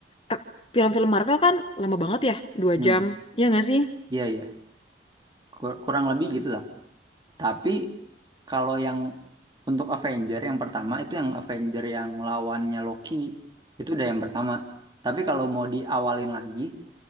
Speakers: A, on the left; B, on the right.
A: eh, film-film Marvel kan lama banget ya, dua
B: Hmm.
A: jam. Ya nggak sih?
B: Iya iya. Kur- Kurang lebih gitu lah. Tapi Kalau yang untuk Avenger yang pertama itu yang Avenger yang lawannya Loki itu udah yang pertama. Tapi kalau mau diawalin lagi